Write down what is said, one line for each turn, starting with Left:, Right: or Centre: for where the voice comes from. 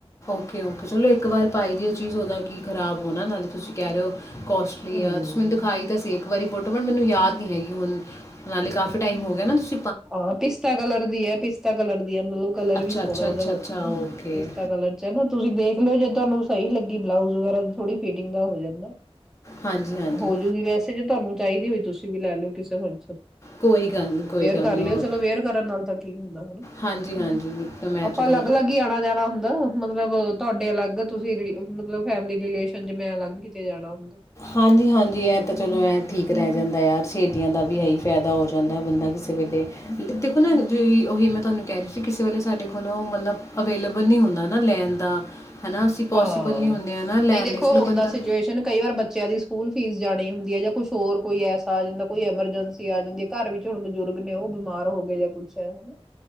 Left: ਓਕੇ ਓਕੇ, ਚਲੋ ਇੱਕ ਵਾਰ ਪਾਈ ਦੀ ਉਹ ਚੀਜ਼, ਉਹਦਾ ਕੀ ਖ਼ਰਾਬ ਹੋਣਾ ਨਾਲੇ ਤੁਸੀਂ ਕਹਿ ਰਹੇ ਹੋ ਕੋਸਟਲੀ
Centre: ਹੂੰ
Left: ਆ, ਤੁਸੀਂ ਮੈਨੂੰ ਦਿਖਾਈ ਤਾਂ ਸੀ ਇ ਵਾਰੀ ਫੋਟੋ, ਬਟ, ਮੈਨੂੰ ਯਾਦ ਨੀ ਹੈਗੀ ਹੁਣ, ਨਾਲੇ ਕਾਫ਼ੀ ਟਾਈਮ ਹੋ ਰਹਿਣਾ ਤੁਸ
Centre: ਹਾਂ ਪਿਸਤਾ ਕਲਰ ਦੀ ਹੈ ਪਿਸਤਾ ਕਲਰ ਦੀ ਹੈ ਮਤਲਬ ਕਲਰ
Left: ਅੱਛਾ
Centre: ਵੀ ਸੋਹਣਾ
Left: ਅੱਛਾ ਅੱਛਾ
Centre: ਉਹਦਾ
Left: ਅੱਛਾ
Centre: ਹਮ
Left: ਓਕੇ
Centre: ਪਿਸਤਾ ਕਲਰ ਚ ਹੈ ਨਾ ਤੁਸੀਂ ਦੇਖ ਲਿਓ ਜ ਤੁਹਾਨੂੰ ਸਹੀ ਲੱਗੀ ਬਲਾਊਜ਼ ਵਗੈਰਾ ਥੋੜੀ ਫਿਟਿੰਗ ਦਾ ਹੋ ਜਾਂਦਾ
Left: ਹਾਂਜੀ ਹਾਂਜੀ
Centre: ਹੋਜੂਗੀ ਵੈਸੇ ਜੇ ਤੁਹਾਨੂੰ ਚਾਹੀਦੀ ਹੋਈ ਤੁਸੀਂ ਵੀ ਲੈ ਲਿਓ ਕਿਸੇ ਹਣ
Left: ਕੋਈ ਗੱਲ ਨਹੀਂੀ ਕੋਈ ਗੱਲ
Centre: ਕਰ
Left: ਨਹੀਂ
Centre: ਲਿਓ
Left: ਉਹ
Centre: ਚਲੋ ਅੇਅਰ ਕਰਨ ਨਾਲ ਤਾਂ ਕੀ ਹੁੰਦਾ ਹਨਾ
Left: ਹਾਂਜੀ ਹਾਂਜੀ ਨਹੀਂ ਤਾਂ ਮੈਂ
Centre: ਆਪਾਂ
Left: ਚਲੋ
Centre: ਅਲੱਗ ਅਲੱਗ ਹੀ ਆਉਣਾ ਜਾਣਾ ਹੁੰਦਾ ਮਤਲਬ ਤੁਹਾਡੇ ਅਲੱਗ ਤੁਸੀਂ ਮਤਲਬ ਫੈਮਲੀ ਰਿਲੇਸ਼ਨ ਚ ਮੈਂ ਅਲੱਗ ਕਿਤੇ ਜਾਣਾ ਹੁੰਦਾ
Left: ਹਾਂਜੀ ਹਾਂਜੀ ਇਹ ਤਾਂ ਚਲੋ ਐ ਠੀਕ ਰਹਿ ਜਾਂਦਾ ਯਾਰ ਸ਼ਹੇਦੀਆਂ ਦਾ ਵੀ ਇਹੀ ਫਾਇਦਾ ਹੋ ਜਾਂਦਾ ਬੰਦਾ ਕਿਸੇ ਵੇਲੇ ਦੇਖੋ ਨਾ ਜ ਉਹੀ ਮੈਂ ਤੁਹਾਨੂੰ ਕਹਿ ਰਹੀ ਸੀ ਕਿਸੇ ਵੇਲੇ ਸਾਡੇ ਕੋਲੋਂ ਮਤਲਬ ਅਵੇਲੇਬਲ ਨਹੀਂ ਹੁੰਦਾ ਨਾ ਲੈਣ ਦਾ ਹੈ ਨਾ ਅਸੀਂ ਪੋਸੀਬਲ
Centre: ਹਾਂ
Left: ਨਹੀਂ ਹੁੰਦੇ ਆ ਨਾ ਲੈਣ
Centre: ਨਹੀਂ ਦੇਖੋ
Left: ਲਈ ਚਲੋ
Centre: ਹੁੰਦਾ
Left: ਬੰਦਾ
Centre: ਸਿਚੁਏਸ਼ਨ ਕਈ ਵਾਰ ਬੱਚਿਆਂ ਦੀ ਸਕੂਲ ਫੀਸ ਜਾਣੀ ਹੁੰਦੀ ਹੈ ਜਾਂ ਕੁਛ ਹੋਰ ਕੋਈ ਐਸਾ ਆ ਜਾਂਦਾ ਕੋਈ ਐਮਰਜੈਂਸੀ ਆ ਜਾਂਦੀ ਘਰ ਵਿੱਚ ਹੁਣ ਬਜ਼ੁਰਗ ਨੇ ਉਹ ਬਿਮਾਰ ਹੋ ਗਏ ਜਾਂ ਕੁਛ ਹੈ ਹਨਾ